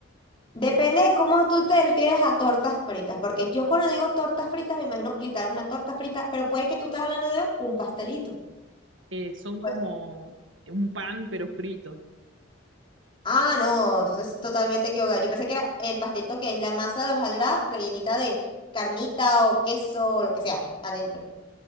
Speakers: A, on the left; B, on the right.
A: Depende de cómo tú te refieres a tortas fritas, porque yo cuando digo tortas fritas me imagino literal una torta frita, pero puede que tú estés hablando de un pastelito.
B: Eh, son
A: Pues,
B: como un pan, pero frito.
A: ah, no, entonces totalmente equivocada. Yo pensé que era el pastelito que es la masa de hojaldrada rellenita de carnita o queso o lo que sea adentro.